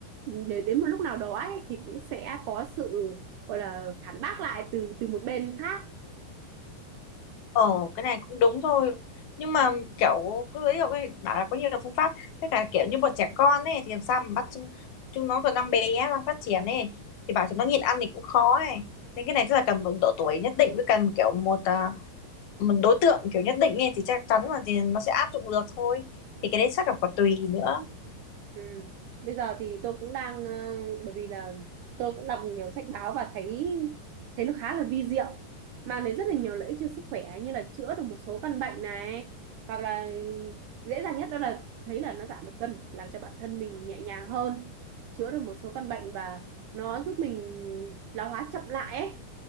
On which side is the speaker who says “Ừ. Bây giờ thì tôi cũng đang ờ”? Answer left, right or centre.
Right